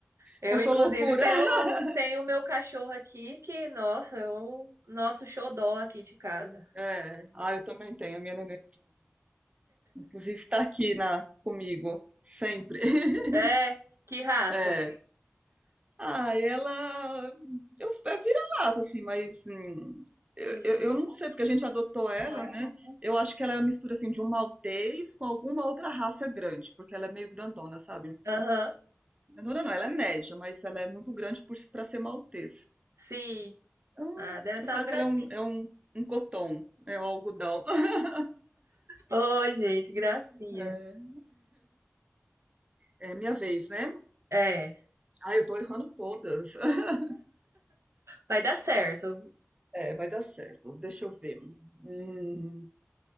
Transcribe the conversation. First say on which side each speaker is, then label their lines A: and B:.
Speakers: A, on the right; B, on the right.
A: Eu,
B: com sua
A: inclusive,
B: loucura.
A: tenho
B: <laughs>
A: tenho o meu cachorro aqui que, nossa, é o nosso xodó aqui de casa.
B: É, ah, eu também tenho a minha neném Inclusive tá aqui na, comigo, sempre. <laughs>
A: É, que raça.
B: É. Ah, ela eu, é vira-lata, assim, mas hum, eu,
A: Os,
B: eu,
A: os...
B: eu não sei, porque a gente adotou ela,
A: Não é,
B: né?
A: não?
B: Eu acho que ela é uma mistura, assim, de um maltês com alguma outra raça grande, porque ela é meio grandona, sabe?
A: Aham,
B: Grandona não, ela é média, mas ela é muito grande por, para ser maltês.
A: sim.
B: Então,
A: Ah, deve ser
B: eu falo
A: uma gracinha.
B: que ela é um, é um, um coton, é um algodão. <laughs>
A: Ô, gente, gracinha.
B: É, é minha vez, né?
A: É,
B: Ah, eu tô errando todas. <laughs>
A: vai dar certo.
B: É, vai dar certo. Deixa eu ver. Hum,